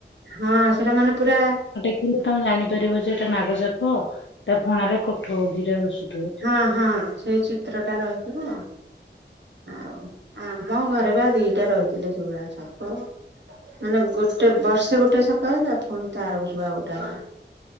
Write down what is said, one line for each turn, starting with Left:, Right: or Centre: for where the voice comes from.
Right: ହଁ ସେଟା ମାନେ ପୁରା
Left: ଦେଖିଲେ ତମେ ଜାଣିପାରିବ ଯେ ଏଟା ନାଗସାପ ତା ଫଣାରେ କୋଠଉ ଦିଟା ଦୁଷ
Right: ହଁ ହଁ ସେ ଚିତ୍ର ଟା ରହିଥିବ। ଆଉ ଆମ ଘରେ ବା ଦିଟା ରହିଥିଲେ ସେଇଭଳିଆ ସାପ। ମାନେ ଗୋଟେ ବର୍ଷେ ଗୋଟେ ସାପ ଆଇଲା ପୁଣି ତା ଆର ବର୍ଷକୁ ଆଉ ଗୋଟେ ଆଇଲା।